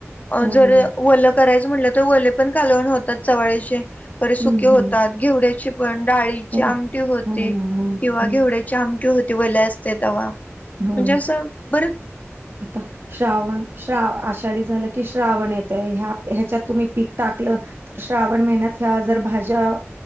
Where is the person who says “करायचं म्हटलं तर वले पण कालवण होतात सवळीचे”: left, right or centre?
Left